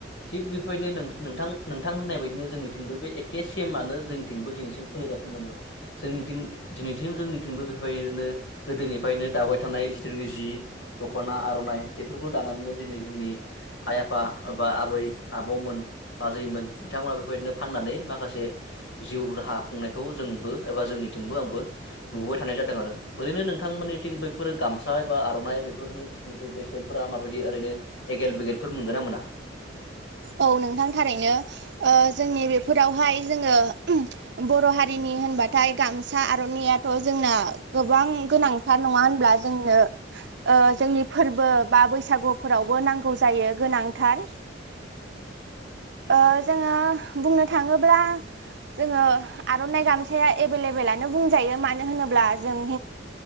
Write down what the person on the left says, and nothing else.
थिग बेफोरबायदिनो नोंथां नोंथां होननाय बायदिनो जोंनिथिंबो बे एखे बे सेमानो जोंनिथिंबो दिनैसिम सोलिगासिनो दङ जोंनिथिं दिनैसिम जोंनिथिंबो बेफोर बायदिनो गोदोनिफ्रायनो दाबाय थानाय जिथुखि जि दख'ना आर'नाइ बेफोरखौ दानानैनो दिनै जोंनि आइ-आफा एबा आबै आबौमोन आजैमोन बिथांमोना बेबायदिनो फाननानै माखासे जिउ राहा खुंनायखौ जोंबो एबा जोंनिथिंबो आंबो नुुबाय थानाय जादों आरो ओरैनो नोंथांमोननिथिं बैफोर गामसा एबा आर'नाइ बेफोरनि जिथुनिखि बेसेनफोरा माबायदि ओरैनो एगेल बेगेल मोनगोन ना मोना?
<inaudible>